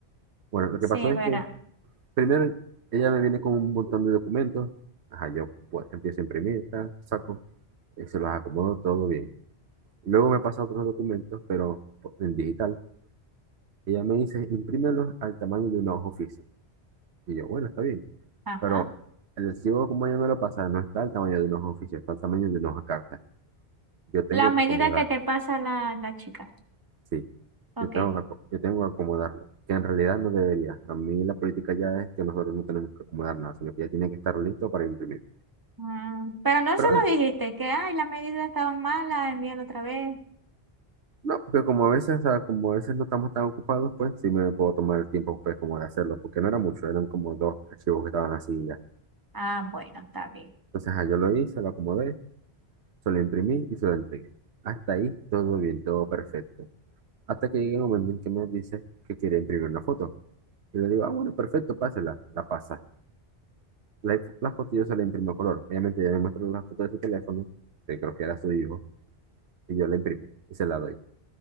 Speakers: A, on the right; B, on the right.
A: Bueno, lo
B: sí
A: que pasó
B: es
A: es
B: verdad.
A: que primero ella me viene con un montón de documentos. Ajá, yo pues, empiezo a imprimir, tal, saco, eh, se los acomodo todo bien. Luego me pasa otros documentos, pero en digital. Ella me dice, imprímelos al tamaño de una hoja oficial. Y yo, bueno, está bien.
B: Ajá.
A: Pero el recibo, como yo me lo pasa, no está al tamaño de unos oficios, está al tamaño de unos cartas. Yo tengo
B: Las medidas
A: que acomodar,
B: que te pasa la, la chica.
A: sí,
B: Ok.
A: yo tengo que, aco- yo tengo que acomodarlo, que en realidad no debería. A mí la política ya es que nosotros no tenemos que acomodar nada, sino que ya tiene que estar listo para imprimir.
B: Mm, pero no
A: Pero
B: se
A: ah,
B: lo dijiste, que ay, las medidas estaban malas, envíalo otra vez.
A: no, porque como a veces, ah, como a veces no estamos tan ocupados, pues sí me puedo tomar el tiempo, pues, como de hacerlo, porque no era mucho, eran como dos archivos que estaban así y ya.
B: Ah, bueno, está bien.
A: Entonces, ah, yo lo hice, lo acomodé, se lo imprimí y se lo entregué. Hasta ahí todo bien, todo perfecto. Hasta que llega un momento en que me dice que quiere imprimir una foto. Y le digo, ah, bueno, perfecto, pásela. La pasa. La, la foto yo se la imprimo a color. Obviamente ella me muestra la foto de su teléfono, que creo que era su hijo, y yo la imprimo y se la doy.